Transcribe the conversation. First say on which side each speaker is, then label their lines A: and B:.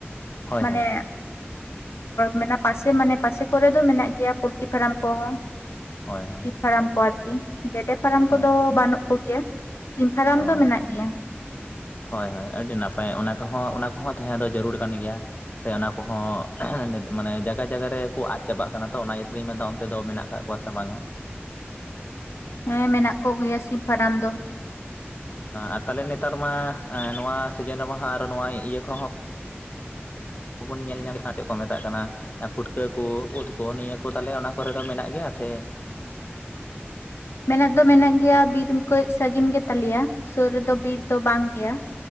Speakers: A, on the left; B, on the left.
A: ᱦᱳᱭ
B: ᱢᱟᱱᱮ
A: ᱦᱳᱭ
B: ᱢᱮᱱᱟ ᱯᱟᱥᱮ ᱢᱟᱱᱮ ᱯᱟᱥᱮ ᱠᱚᱨᱮ ᱫᱚ ᱢᱮᱱᱟᱜ ᱜᱮᱭᱟ ᱯᱳᱞᱴᱤ ᱯᱷᱟᱨᱟᱢ ᱠᱚᱦᱚᱸ
A: ᱦᱳᱭ ᱦᱳᱭ
B: ᱥᱤ ᱯᱷᱟᱨᱟᱢ ᱠᱚ ᱟᱨᱠᱤ ᱜᱮᱰᱮ ᱯᱷᱟᱨᱟᱢ
A: ᱦᱳᱭ
B: ᱠᱚᱫᱚ ᱵᱟᱹᱱᱩᱜ ᱜᱮ ᱥᱤᱢ ᱯᱷᱟᱨᱟᱢ
A: ᱚ
B: ᱫᱚ ᱢᱮᱱᱟᱜ ᱜᱮᱭᱟ।
A: ᱦᱳᱭ ᱦᱳᱭ ᱟᱹᱰᱤ ᱱᱟᱯᱟᱭ ᱚᱱᱟ ᱠᱚᱦᱚᱸ ᱚᱱᱟ ᱠᱚᱦᱚᱸ ᱛᱟᱦᱮᱸ ᱫᱚ ᱡᱟᱹᱨᱩᱲ ᱠᱟᱱ ᱜᱮᱭᱟ ᱥᱮ ᱚᱱᱟ ᱠᱚᱦᱚᱸ ᱢᱟᱱᱮ ᱡᱟᱭᱜᱟ ᱡᱟᱭᱜᱟ ᱨᱮᱠᱚ ᱟᱫ ᱪᱟᱵᱟᱜ ᱠᱟᱱᱟ ᱛᱚ ᱚᱱᱟ ᱤᱭᱟᱹ ᱛᱮᱞᱤᱧ ᱢᱮᱱᱫᱟ ᱚᱱᱛᱮ ᱫᱚ ᱢᱮᱱᱟᱜ ᱦᱮᱱᱟᱜ ᱠᱚᱣᱟ ᱥᱮ ᱵᱟᱝᱟ?
B: ᱦᱮᱸ ᱢᱮᱱᱟᱜ ᱠᱚ ᱜᱮᱭᱟ ᱥᱤᱢ ᱯᱷᱟᱨᱟᱢ ᱫᱚ।
A: ᱟ ᱛᱟᱞᱦᱮ ᱱᱮᱛᱟᱨ ᱢᱟ ᱮᱸ ᱱᱚᱣᱟ ᱥᱤᱡᱤᱱ ᱨᱮᱢᱟ ᱦᱟᱸᱜ ᱟᱨᱚ ᱱᱚᱣᱟ ᱤᱭᱟᱹ ᱠᱚᱦᱚᱸᱼᱼ ᱵᱚᱱ ᱧᱮᱞ ᱧᱟᱢ <inaudible> ᱪᱮᱫ ᱠᱚ ᱢᱮᱛᱟᱜ ᱠᱟᱱᱟ? ᱮᱸ ᱯᱩᱴᱠᱟᱹ ᱠᱚ ᱩᱫ ᱠᱚ ᱱᱤᱭᱟᱹ ᱠᱚ ᱛᱟᱦᱞᱮ ᱚᱱᱟ ᱠᱚᱨᱮ ᱫᱚ ᱢᱮᱱᱟᱜ ᱜᱮᱭᱟ ᱥᱮᱼᱼ
B: ᱢᱮᱱᱟᱜ ᱫᱚ ᱢᱮᱱᱟᱜ ᱜᱮᱭᱟ ᱵᱤᱨ ᱠᱟᱹᱡ ᱥᱟᱸᱹᱜᱤᱱ ᱜᱮ ᱛᱟᱞᱮᱭᱟ ᱥᱳᱨ ᱨᱮᱫᱚ ᱵᱤᱨ ᱫᱚ ᱵᱟᱝ ᱜᱮᱭᱟ ᱾